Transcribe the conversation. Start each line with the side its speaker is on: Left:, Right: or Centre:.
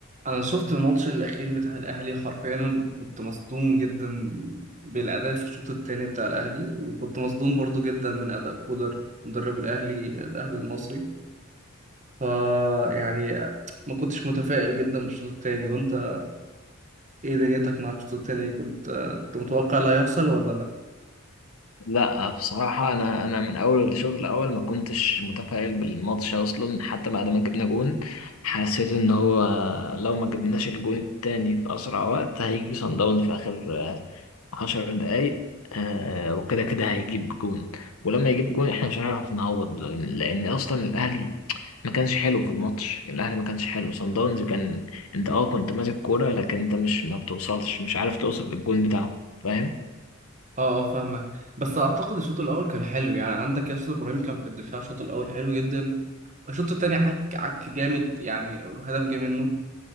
Right: انا شفت الماتش الاخير بتاع الاهلي حرفيا كنت مصدوم جدا بالاداء في الشوط الثاني بتاع الاهلي وكنت مصدوم برضو جدا من اداء كولر مدرب الاهلي الاهلي المصري ف يعني ما كنتش متفائل جدا بالشوط الثاني وانت ايه دنيتك مع الشوط الثاني كنت كنت متوقع اللي هيحصل ولا لا
Left: لا بصراحة أنا أنا من أول الشوط الأول ما كنتش متفائل بالماتش أصلا حتى بعد ما جبنا جون حسيت إن هو لو ما جبناش الجون التاني في أسرع وقت هيجي صن داونز في آخر آه، عشر دقايق آه، وكده كده هيجيب جون ولما يجيب جون إحنا مش هنعرف نعوض لأن لأن أصلا الأهلي ما كانش حلو في الماتش الأهلي ما كانش حلو صن داونز كان أنت أه كنت ماسك كورة لكن أنت مش ما بتوصلش مش عارف توصل للجون بتاعه فاهم
Right: اه اه فاهمك بس اعتقد الشوط الاول كان حلو يعني عندك ياسر ابراهيم كان في الدفاع الشوط الاول حلو جدا الشوط الثاني عك عك جامد يعني هدف جه منه